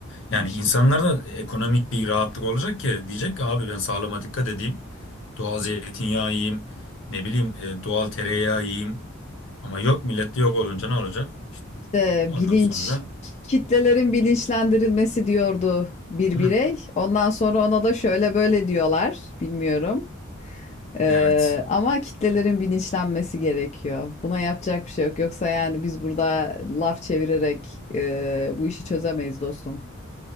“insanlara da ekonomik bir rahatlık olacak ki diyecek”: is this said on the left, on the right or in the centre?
Left